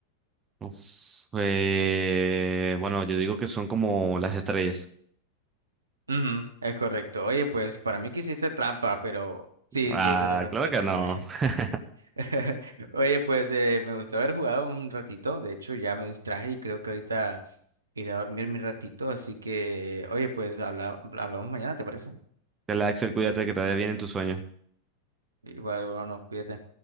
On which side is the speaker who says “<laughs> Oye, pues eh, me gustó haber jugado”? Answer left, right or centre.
Right